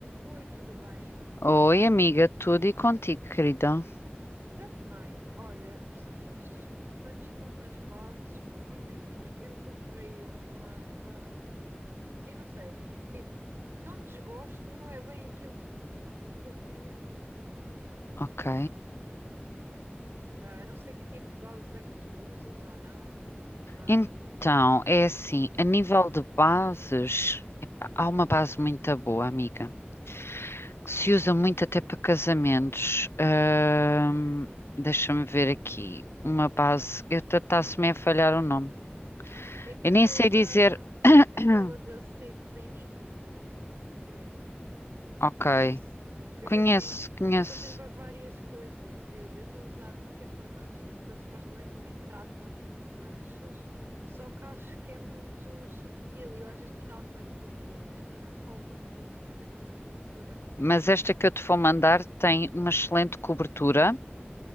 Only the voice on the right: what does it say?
Oi, tudo bem?
Também, olha, preciso dos teus conselhos para umas bases, porque imagina, eu comprei uma, hum, eu não sei, tipo, não desgosto, mas não é bem aquilo que eu queria.
Ah, eu não sei que tipo de bases é que tu usas ou não. Ah,
é que
eu estou
a usar,
hum,
aquela da
C-Clinique. O que é que é?
Conhece? Que
aquilo tem,
aquilo tem para várias coisas. Eu eu estou a usar uma que é para manchas, que aquilo supostamente também trata manchas. Só que acho que é muito subtil e eu às vezes tenho algumas borbulhinhas e não cobre, tipo, não tem tanta cobertura.